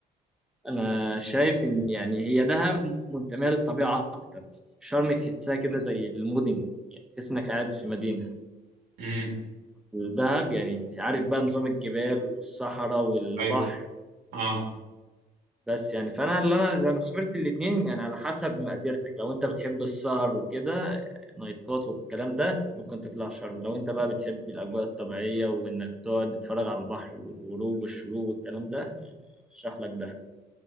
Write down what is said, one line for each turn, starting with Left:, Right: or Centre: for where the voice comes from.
Centre: أنا شايف إن يعني هي دهب منتمية للطبيعة أكتر شرم تحسها كده زي المدن يعني تحس إنك قاعد في مدينة
Right: امم
Centre: الدهب يعني عارف بقى نظام الجبال والصحراء والبحر
Right: ايوه اه
Centre: بس يعني فانا اللي انا انا سافرت الاثنين يعني على حسب مقدرتك لو انت بتحب السهر وكده نايتات والكلام ده ممكن تطلع شرم لو انت بقى بتحب الاجواء الطبيعيه وانك تقعد تتفرج على البحر والغروب والشروق والكلام ده يعني ارشح لك ده